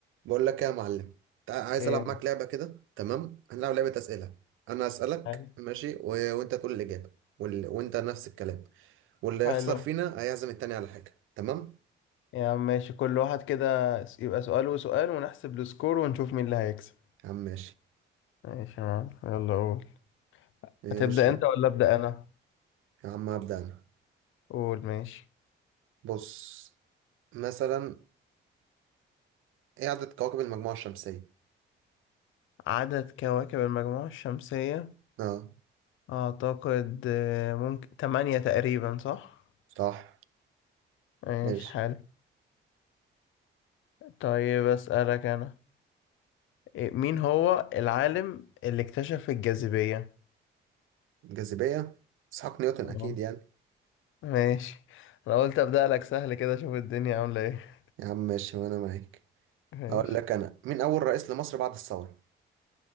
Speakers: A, on the right (about 80°); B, on the left (about 85°).
A: بقول لك ايه يا معلم تع- عايز
B: ايه
A: العب
B: يا
A: معاك لعبه كده تمام هنلعب لعبه اسئله انا اسالك
B: عم؟
A: ماشي و... وانت تقول الاجابه وال... وانت نفس الكلام واللي
B: حلو
A: يخسر فينا هيعزم التاني على حاجه تمام
B: يا عم ماشي كل واحد كده س- يبقى سؤال وسؤال ونحسب السكور ونشوف مين اللي هيكسب
A: يا عم ماشي
B: ماشي يا عم يلا قول
A: ماشي
B: هتبدأ انت ولا أبدأ انا
A: يا عم هبدا انا
B: قول ماشي
A: بص مثلا ايه عدد كواكب المجموعه الشمسيه
B: عدد كواكب المجموعة الشمسية
A: اه
B: اعتقد آه، ممكن تمانية تقريبا صح
A: صح
B: ماشي
A: ماشي
B: حلو طيب أسألك انا إيه، مين هو العالم اللي اكتشف الجاذبية
A: جاذبيه اسحاق نيوتن
B: اه
A: اكيد يعني
B: ماشي انا قلت أبدأ لك سهل كده اشوف الدنيا عاملة ايه
A: يا عم ماشي وانا معاك
B: ماشي
A: اقول لك انا مين اول رئيس لمصر بعد الثوره